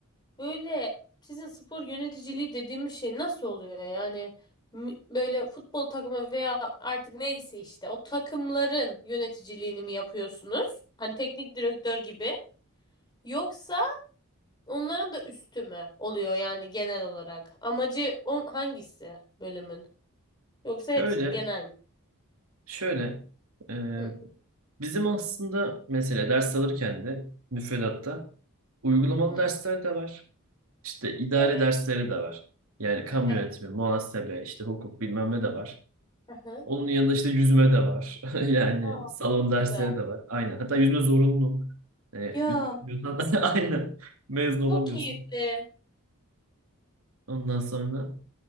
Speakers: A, on the left; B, on the right.
A: Böyle sizin spor yöneticiliği dediğimiz şey nasıl oluyor yani M- böyle futbol takımı veya artık neyse işte o takımların yöneticiliğini mi yapıyorsunuz? Hani teknik direktör gibi yoksa onların da üstü mü oluyor yani genel olarak? Amacı on hangisi bölümün? Yoksa hepsi
B: Şöyle
A: mi genel mi?
B: Şöyle, e,
A: Hı,
B: bizim aslında mesela ders alırken de müfredatta uygulamalı
A: hı.
B: dersler de var. İşte idare
A: Evet.
B: dersleri de var. Yani kamu
A: Hı hı.
B: yönetimi, muhasebe, işte hukuk bilmem ne de var.
A: Hı hı.
B: Onun yanında işte yüzme de var. <laughs> Yani
A: Aa,
B: salon
A: çok
B: dersleri
A: güzel.
B: de var. Aynen. Hatta yüzme zorunlu. E,
A: Ya
B: yüzme bilmiyorsan <laughs> aynen mezun olamıyorsun.
A: çok keyifli.
B: Ondan sonra